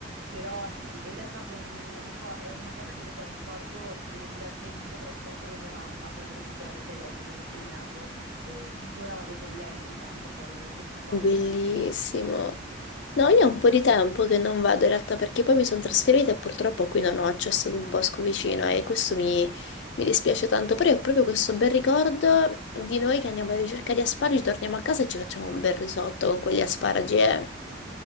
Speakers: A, on the right; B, on the left.
A: però sì, ed è proprio un ricor- è una cosa che leggo al ricordo del tempo trascorso con mia mamma quando ero piccola, perché è lei che mi ha insegnato e tuttora vado con lei ogni tanto a fare questa cosa,
B: Bellissimo.
A: quindi bellissimo.
B: No, io ho un po' di tempo che non vado in realtà perché poi mi sono trasferita e purtroppo qui non ho accesso ad un bosco vicino e questo mi, mi dispiace tanto, però è proprio questo bel ricordo di noi che andiamo alla ricerca di asparagi, torniamo a casa e ci facciamo un bel risotto con quegli asparagi. eh.